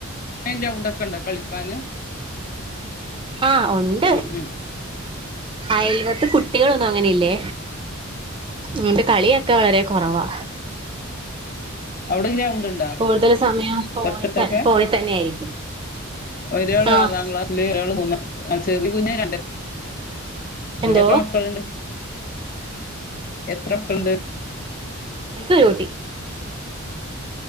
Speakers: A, on the left (about 40°); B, on the right (about 25°).
A: ഗ്രൗണ്ട് ഒക്കെ ഉണ്ടോ കളിക്കാന്
B: ആഹ് ഉണ്ട്
A: ഉം ഉം
B: അയൽ പക്കത്തു കുട്ടികളൊന്നും അങ്ങനെല്ലേ ഉം കളിയൊക്കെ വളരെ കുറവാ
A: അവിടെ ഗ്രൗണ്ട് ഉണ്ടോ
B: കൂടുതൽ സമയം ഫോണിൽ
A: തൊട്ടടുത്തൊക്കെ
B: ഫോണിൽ തന്നെ ആയിരിക്കും
A: ഒരാൾ
B: ആഹ്
A: ആറാം ക്ലാസില് ഒരാൾ മൂന്നാം ആ ചെറുത് കുഞ് രണ്ട്
B: എന്തോ
A: എത്ര മക്കളുണ്ട് എത്ര മക്കളുണ്ട്
B: എനിക്കൊരു കുട്ടി